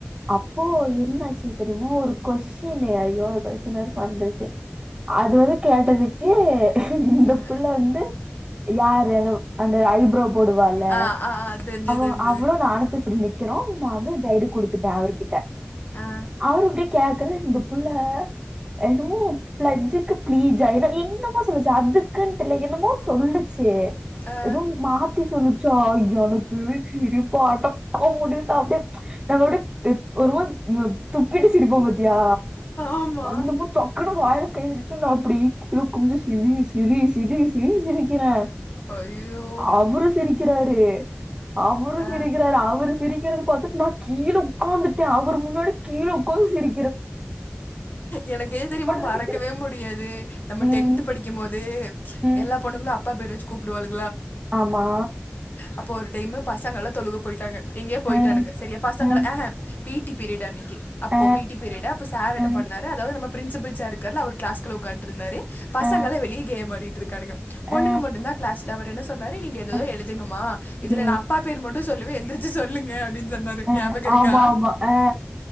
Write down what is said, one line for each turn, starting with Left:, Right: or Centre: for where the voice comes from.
Right: அப்போ என்னாச்சு தெரிமா ஒரு கொஸ்டினு அய்யோ அந்த கொஸ்டின் வேற மரந்துருச்சு அது வந்து கேட்டதுக் எ இந்த
Left: ஆ,
Right: புள்ள வந்து யார் அந்த ஐப்ரோ போடுவால
Left: ஆ ஆ ஆ தெரிஞ்சது
Right: அவ
Left: தெரிஞ்சது
Right: அவ்ளவு நான் அனுப்ப இப்படி நிக்கிறோம் நான் வந்து கைடு குடுத்துட்டேன் அவரு கிட்ட
Left: ஆ
Right: அவர் இப்படி கேக்குற இந்த புள்ள எனனமோ ப்ளட்ஜுக்கு ப்ளீஜ் ஆன இன்னமோ சொல்லுச்சு அதுக்குன்னு இல்லை என்னமோ சொல்லுச்சு சே
Left: ஆ,
Right: எதுவும் மாத்தி சொல்லிச்சா எனக்கு சிரிப்பு அடக்க முடியல அப்படிய எங்களோட ஒருவ கட்டு சிரிப்போம் பத்தியா
Left: ஆமா
Right: அந்த மா பக்குன்ன வாயல கை வச்சட்டு அப்படி கொஞ்சம் சி சிரி சிரி சிரி சிரினு சிரிக்குறேன்
Left: ஐயோ
Right: அவரும் சிரிக்கிறாரு அவரும்
Left: ஆ,
Right: சிரிக்கிறாரு அவர் சிரிக்கிறது பார்த்த நா கீழே உட்காந்துட்டு அவர் முன்னாடி கீழே உட்காந்து சிரி
Left: எனக்கு ஏது தெரியுமா மறக்கவே
Right: சிரிக்கிறே
Left: முடியாது நம்ம
Right: ம்
Left: டென்த் படிக்கும்போது
Right: ம்
Left: எல்லா பொண்ணுங்களும் அப்பா பேர் வச்சு கூப்பிடுவாளுங்க
Right: ஆமா
Left: அப்போ ஒரு டைமு பசங்கல்லா தொழுக போயிட்டாங்க எங்கயோ போயிட்டானுங்க
Right: அ,
Left: சரியா பசங்கல்லா
Right: அ,
Left: ஆஹா பி டி பீரியடு அன்னக்கி அப்போ
Right: அ,
Left: பி டி பீரியடா அப்போ சார் என்ன
Right: அ, அ,
Left: பண்ணாரு அதாவது நம்ம பிரின்சிபில் சார் இருக்கார்ல அவரு கிளாஸ்க்குள்ள உக்காண்ட்ருந்தாரு பசங்கல்லா
Right: அ,
Left: வெளிய கேம் ஆடிட் ருக்கானுக பொண்ணுங்க
Right: அ,
Left: மட்டும்தா கிளாஸ் ல அவரு என்ன சொன்னாரு நீங்க எதேதோ
Right: அ,
Left: எழுதுங்கம்மா இதுல
Right: ம்.
Left: நா அப்பா பேர் மட்டு சொல்லு வ எந்திரிச்சு சொல்லுங்க அப்டின்னு சொன்னாரு
Right: அ,
Left: ஞாபகோ இருக்கா
Right: ஆமா, ஆமா. அ